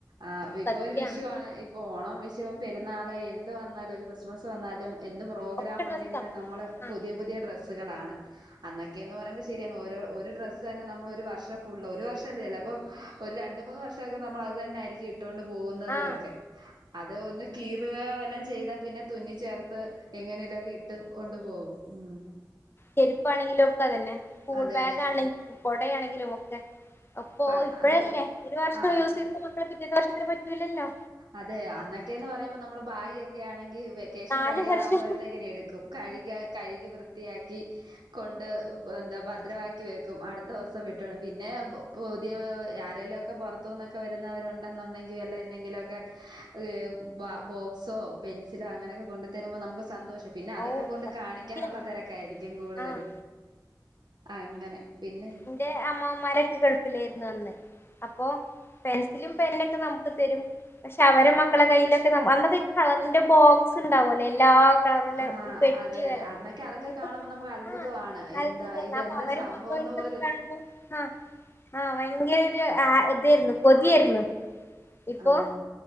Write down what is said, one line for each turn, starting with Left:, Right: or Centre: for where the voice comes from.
Right: ആഹ് ഇപ്പൊ
Left: സത്യാണ്
Right: ഒരു വിഷുവാണ് ഓണം വിഷുവും പെരുന്നാള് എന്ത് വന്നാലും ഒരു ക്രിസ്മസ് വന്നാലും എന്ത് പ്രോഗ്രാം
Left: ഒക്കെ ഡ്രസ്സാ
Right: ഉണ്ടെങ്കിൽ നമ്മള്
Left: ആ
Right: പുതിയ പുതിയ ഡ്രസ്സുകളാണ് അന്നൊക്കെയന്ന് പറയുമ്പോ ശരിയാണ് ഓരോ ഒരു ഡ്രസ്സ് തന്നെ നമ്മൾ ഒരു വർഷം ഫുള് ഒരു വർഷം അല്ല ചെലേപ്പം ഒരു രണ്ട് മൂന്ന് വർഷൊക്കെ നമ്മൾ അത് തന്നെ ആയിരിക്കും ഇട്ടുകൊണ്ട് പോകുന്നുന്നത്
Left: ആ
Right: ഒക്കെ അത് ഒന്ന് കീറുക വല്ലാം ചെയ്താ പിന്നെ തുന്നി ചേർത്ത് എങ്ങനെലും ഇട്ട് കൊണ്ട് പോകും ഉം
Left: ചെരിപ്പാണെങ്കിലും ഒക്കെ അതന്നെ സ്കൂൾ
Right: അതെ
Left: ബാഗ്
Right: അതെ
Left: ആണെങ്കിലും കുടയാണെങ്കിലും ഒക്കെ അപ്പൊ
Right: പ
Left: ഇപ്പഴല്ലേ
Right: അതോ
Left: ഒരു വർഷം
Right: ആഹ്
Left: യൂസ് ചെയ്ത മക്കളെ പിറ്റേത്തെ വർഷത്തിന് പറ്റൂല്ലല്ലോ
Right: അതെ അന്നൊക്കെയന്ന് പറയുമ്പോൾ നമ്മൾ ഭാഗ് ഒക്കെ ആണെങ്കി വെക്കേഷൻ
Left: നാല്
Right: കഴിയാറാാവുമ്പോഴത്തേക്കിനും
Left: വർഷം
Right: എടുക്കും ക്കും കഴുക കഴുകി വൃത്തിയാക്കി കൊണ്ട് എന്താ ഭദ്രവാക്കി വെക്കും അടുത്ത ദിവസം ഇട്ടോണ് പിന്നെ പുതിയ ആരെലുമൊക്കെ പുറത്തു നിന്നൊക്കെ വരുന്നവരുണ്ടെന്നുണ്ടെങ്കിൽ വല്ലാം എന്തെങ്കിലുമൊക്കെ ഏഹ് ബോക്സോ പെൻസിലോ അങ്ങനെയൊക്കെ കൊണ്ടു തരുമ്പോൾ നമുക്ക് സന്തോഷം പിന്നെ അതൊക്കെ
Left: ഓ
Right: കൊണ്ട്
Left: സത്യാണ്
Right: കാണിക്കാനുള്ള തിരക്കായിരിക്കും കൂടുതലും
Left: ആഹ്
Right: അങ്ങനെ പിന്നെ
Left: ഇന്റെ അമ്മോമാരൊക്കെ ഗൾഫിൽ ആയിരുന്നു അന്ന് അപ്പോ പെൻസിലും പെന്നൊക്കെ നമുക്ക് തരും പക്ഷെ അവരെ മക്കളെ കയ്യിലൊക്കെ അന്നൊക്കെ ഈ കളറിന്റെ ബോക്സ് ഉണ്ടാവോലോ എല്ലാ കളറുള്ള
Right: ആഹ്
Left: പെട്ടി
Right: അതെ അതെ
Left: പോലെ
Right: അന്നൊക്കെ അതൊക്കെ
Left: അങ്ങനത്തെ
Right: കാണുമ്പോൾ നമുക്ക് അത്ഭുതവാണ്
Left: ആഹ് അത്ഭുതം
Right: എന്താ ഇതെന്താ
Left: <inaudible> ആഹ്
Right: സംഭവംന്ന് പോലും
Left: ആഹ് ഭയങ്കര ഒരു ഇതായിരുന്നു കൊതിയായിരുന്നു ഇപ്പൊ
Right: ഉം